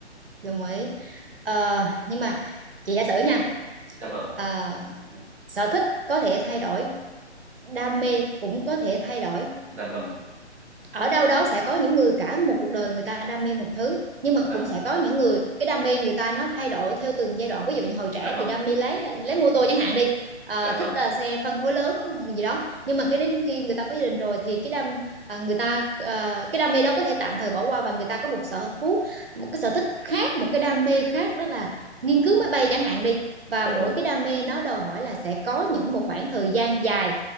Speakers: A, on the right; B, in the centre.
A: đồng ý Ờ, nhưng mà chị giả sử nha
B: dạ vâng
A: ờ, sở thích có thể thay đổi đam mê cũng có thể thay đổi
B: dạ vâng
A: ở đâu đó sẽ có những người cả một cuộc đời người ta đam mê một thứ nhưng mà
B: dạ
A: cũng
B: vâng
A: sẽ có những người cái đam mê người ta nó thay đổi theo từng giai đoạn ví dụ như hồi trẻ
B: dạ vâng
A: thì đam mê lấy lấy mô tô chẳng hạn đi à,
B: dạ
A: thích
B: vâng
A: à, xe phân khối lớn gì đó nhưng mà khi đến khi người ta có gia đình rồi thì cái đam à, người ta à, cái đam mê đó có thể tạm thời bỏ qua và người ta có một sở thú một cái sở thích khác một cái đam mê khác đó là nghiên cứu máy bay chẳng hạn đi và
B: dạ
A: mỗi
B: vâng
A: cái đam mê nó đòi hỏi là sẽ có những một khoảng thời gian dài